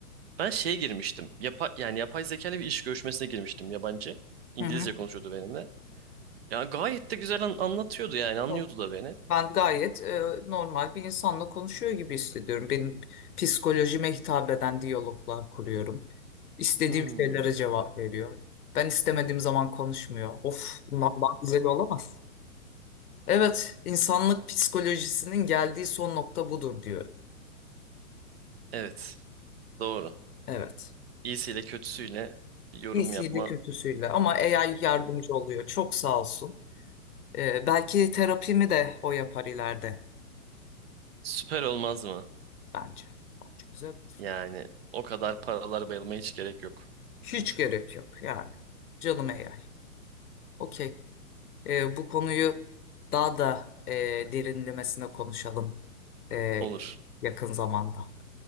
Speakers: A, on the right; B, on the left.
A: Ben şeye girmiştim. Yapa, yani yapay zeka ile bir iş görüşmesine girmiştim yabancı. İngilizce
B: Hı hı.
A: konuşuyordu benimle. Yani gayet de güzel an- anlatıyordu yani anlıyordu
B: Evet.
A: da beni.
B: Ben gayet e, normal bir insanla konuşuyor gibi hissediyorum. Benim psikolojime hitap eden diyaloglar kuruyorum. İstediğim
A: Hmm.
B: şeylere cevap veriyor. Ben istemediğim zaman konuşmuyor. Of, bundan daha güzel olamaz. Evet, insanlık psikolojisinin geldiği son nokta budur diyorum.
A: Evet. Doğru.
B: Evet.
A: İyisiyle kötüsüyle bir yorum
B: İyisiyle
A: yapma
B: kötüsüyle ama AI yardımcı oluyor. Çok sağ olsun. Ee, belki terapimi de o yapar ileride
A: süper olmaz mı?
B: bence. Bence güzel olur.
A: Yani o kadar paralar bayılmaya hiç gerek yok.
B: Hiç gerek yok yani. Canım AI. Okey. Ee, bu konuyu daha da e, derinlemesine konuşalım e,
A: Olur.
B: yakın zamanda.